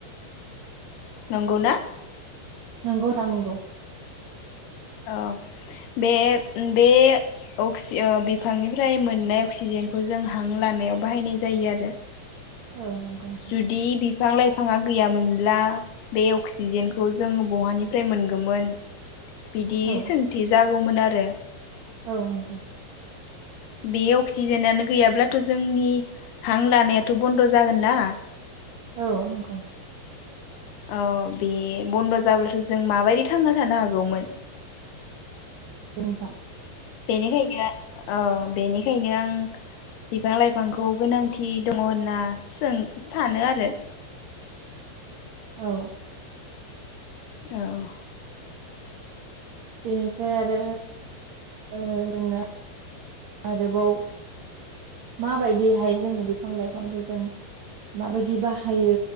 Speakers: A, on the left; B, on the right.
A: नंगौना?
B: नोंगौ नोंथां नोंगौ
A: अ बे बे अक्सि ओ बिफांनिफ्राय मोननाय अक्सिजेनखौ जों हां लानायाव बाहायनाय जायो आरो
B: औ नंगौ नोंथां
A: जुदि बि बिफां लाइफाङा गैयामोनब्ला बे अक्सिजेनखौ जों बहानिफ्राय मोनगोमोन बिदि
B: औ
A: सोंथि जा गौमोन आरो
B: औ नंगौ
A: बे अक्सिजेनानो गैयाब्लाथ' जोंनि हां लानायाथ' बन्द' जागोनना
B: औ नंगौ
A: अ बे बन्द' जाब्लाथ' जों माबायदि थांना थानो हागौमोन
B: नोंथां
A: बेनिखायनो औ बेनिखायनो आं बिफां लाइफांखौ गोनांथि दङ होनना सों सानो आरो
B: औ
A: औ
B: बेनिफ्राय आरो ओ जोङो आरोबाव माबायदिहाय जोङो बिफां लाइफांखौ जों माबायदि बाहायो